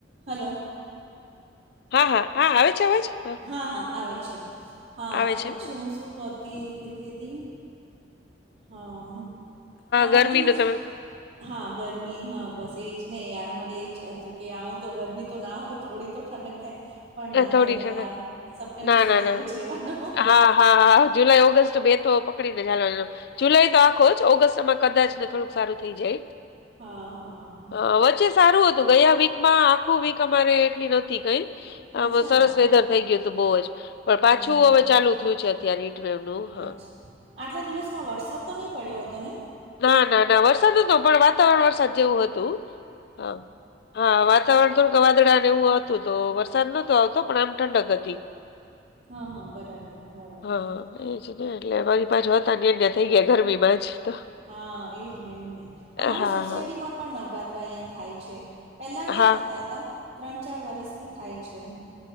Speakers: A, on the right; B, on the left.
A: Hello
B: હા હા હા આવે છે આવેજ હા
A: હા હા આવે છે હા
B: આવે
A: તો પછી
B: છે ને.
A: હું શું કતી કેતી હતી હા હા
B: ગરમીનું
A: બીજું
B: તમે
A: હા ઘર ગરમી હા બસ એજ નને યાર મારે એજ હતું કે આવું તો ગરમી તો ના હોય થોડી તો ઠંડક થાય પણ ના
B: એ થોડીક
A: થઈ ને
B: હેને
A: આ સપ્ટેમ્બર
B: ના,
A: સુધી
B: ના, ના.
A: એવું જ રેવાનું
B: હા, હા, હા, જુલાઈ ઓગસ્ટ બે તો પકડીને ચાલો જુલાઈ તો આખો જ ઓગસ્ટમાં કદાચ ને થોડુંક સારું થઈ જાય
A: હા હા
B: અ વચ્ચે સારું હતું ગયા વીકમાં આખું વીક અમારે એટલી નથી કઈ
A: હ
B: આમાં
A: અચ્છા
B: સરસ વેધર થઇ ગયું હતું બહુ જ પણ પાછું
A: હા
B: હવે ચાલુ થયું છે અત્યારે નીટવેવ નું હા
A: અચ્છા આટલા દિવસમાં વરસાદ તો નહીં પડ્યો હતો ને
B: ના ના ના વરસાદ નતો પણ વાતાવરણ વરસાદ જેવું હતું હ હા વાતાવરણ તોોર ગ વાદડાને એવું હતું તો વરસાદ નતો આવતો પણ આમ ઠંડક હતી
A: હા હા બરાબર બરાબર
B: હા હા એ ને એટલે મારી પાછ હો હતા અન્યા થઈ ગયા ગરમીમાં જ તો
A: હા એજ ને એજ નહ અમારી
B: હા
A: સોસાયટી
B: હા
A: માં પણ નવરાત્ર અહિયાં થાય છે પહેલા નહ
B: હા
A: થતા હતા ત્રણ ચાર વરસથી થાય છેમ